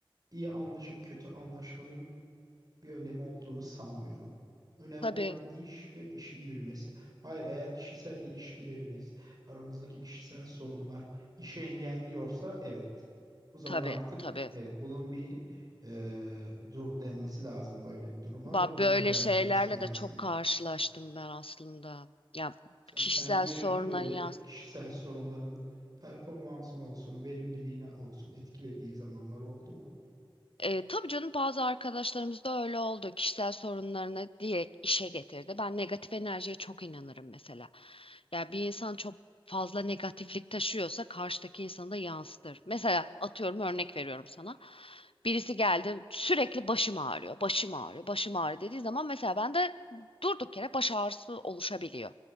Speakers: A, on the right; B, on the left.
A: iyi anlaşıp kötü anlaşmanın bir önemi olduğunu sanmıyorum. Önemli
B: Tabii,
A: olan iş ve işin yürümesi. Hayır, eğer kişisel ilişkilerimiz, aramızdaki kişisel sorunlar işe engelliyorsa evet. O zaman
B: tabii,
A: artık
B: tabii.
A: evet bunun bir e, dur denmesi lazım böyle bir duruma
B: Bak
A: ve bunun
B: böyle
A: düzeltilmesi
B: şeylerle
A: lazım.
B: de çok karşılaştım ben aslında. Ya
A: Sen
B: kişisel
A: kendin yaşadın
B: soruna
A: böyle
B: ya
A: kişisel sorunların performansın olsun, verimliliğine olsun etkilediği zamanlar oldu mu?
B: E, tabii canım bazı arkadaşlarımız da öyle oldu. Kişisel sorunlarını direkt işe getirdi. Ben negatif enerjiye çok inanırım mesela. Yani bir insan çok fazla negatiflik taşıyorsa karşıdaki insanı da yansıtır. Mesela atıyorum örnek veriyorum sana. Birisi geldi sürekli başım ağrıyor, başım ağrıyor, başım ağrıyor dediği zaman mesela bende durduk yere baş ağrısı oluşabiliyor.